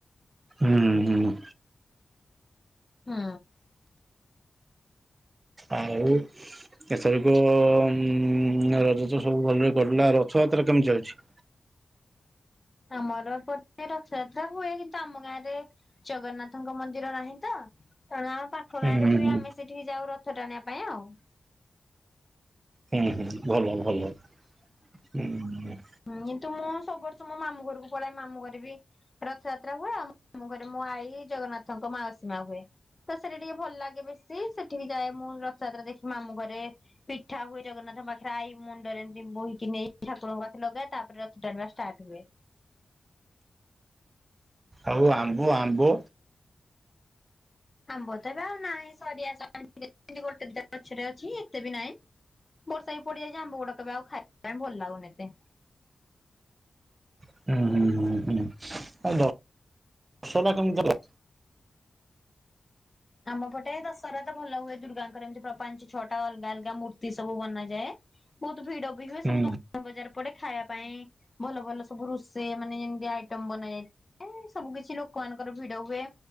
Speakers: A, on the right; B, on the left.
A: ହୁଁ ହୁଁ।
B: ହୁଁ।
A: ଆଉ ଏଥରକ ଉଁ ରଜ ତ ସବୁ ଭଲରେ କଟିଲା ଆଉ ରଥଯାତ୍ରା କେମିତି ଚାଲିଛି?
B: ଆମର ଏ ପଟେ ରଥଯାତ୍ରା ହୁଏ କିନ୍ତୁ ଆମ ଗାଁରେ ଜଗନ୍ନାଥଙ୍କ ମନ୍ଦିର ନାହିଁ ତ ତେଣୁ ଆମ ପାଖ
A: ହୁଁ
B: ଗାଁରେ
A: ହୁଁ
B: ହୁଏ
A: ହୁଁ
B: ଆମେ ସେଠିକି ଯାଉ ରଥ ଟାଣିବା ପାଇଁ ଆଉ।
A: ହୁଁ ହୁଁ ଭଲ ଭଲ ହୁଁ।
B: କିନ୍ତୁ ମୁଁ ସବୁ ବର୍ଷ ମୋ ମାମୁଁ ଘରକୁ ପଳାଏ ମାମୁଁ ଘରେ ବି ରଥଯାତ୍ରା ହୁଏ ଆଉ ମାମୁଁ ଘରେ ମୋ ଆଈ ଜଗନ୍ନାଥଙ୍କ ମାଉସୀ ମା ହୁଏ। ତ ସେଠା ଟିକେ ଭଲ ଲାଗେ ବେଶୀ ସେଠି ବି ଯାଏ ମୁଁ ରଥଯାତ୍ରା ଦେଖି ମାମୁଁ ଘରେ ପିଠା ହୁଏ ଜଗନ୍ନାଥଙ୍କ ପାଖରେ ଆଈ ମୁଣ୍ଡରେ ଏମିତି ବୋହିକି ନିଏ ଠାକୁରଙ୍କ ପା ଲଗା ତାପରେ ରଥ ଟାଣିବା ଷ୍ଟାର୍ଟ ହୁଏ।
A: ଉଁ ହୁଁ ଆଉ ଆମ୍ବ ଆମ୍ବ।
B: ଆମ୍ବ ତ ଏବେ ଆଉ ନାହିଁ ସରି ଆସିଲାଣି ଗୋଟେ ଦିଟା ଗଛରେ ଅଛି ଏତେ ବି ନାହିଁ। ବର୍ଷା ବି ପଡିଯାଇଛି ଆମ୍ବ ଗୁଡାକ ଏବେ ଆଉ ଖାଇବା ପାଇଁ ଭଲ ଲାଗୁନି ଏତେ।
A: ହୁଁ ହୁଁ ହୁଁ। ଆ ଦ ଶଟା କେମିତି ଦେଲ?
B: ଆମ ପଟେ ଦଶହରା ତ ଭଲ ହୁଏ ଦୁର୍ଗାଙ୍କର ଏମିତି ପ୍ର ପାଞ୍ଚ ଛଅଟା ଅଲଗା ଅଲଗା ମୂର୍ତ୍ତି ସବୁ ବନାଯାଏ। ବହୁତ ଭିଡ ବି ହୁଏ
A: ହୁଁ
B: ସବୁ ଦୋକାନ ବଜାର ପଟେ ଖାଇବା ପାଇଁ ଭଲ ଭଲ ସବୁ ରୋଷେଇ ମାନେ ଯେମିତି ଆଇଟମ ବନା ଯାଇ ଏ ସବୁ କିଛି ଲୋକମାନଙ୍କର ଭିଡ ହୁଏ